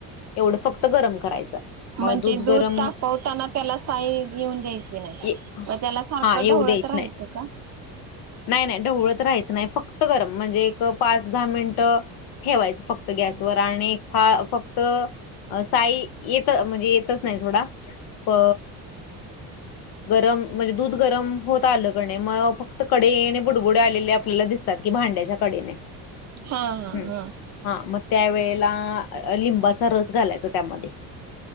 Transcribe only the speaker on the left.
एवढं फक्त गरम करायचं मग
गरम
ये
हा येऊ
द्यायच
नाही
नाही नाही ढवळत राहायचं नाही फक्त गरम म्हणजे पाच दहा मिनटं ठेवायच फक्त गॅसवर <unintelligible> हा फक्त अ साई येतं म्हणजे येतच नाही सोडा अ गरम म्हणजे दूध गरम होत आलं कणी मग फक्त कडेन बुडबुडे आलेले आपल्याला दिसतात भांड्याच्या कडेने
हम
हा मग त्या वेळेला लिंबाचा रस घालायचा त्यामध्ये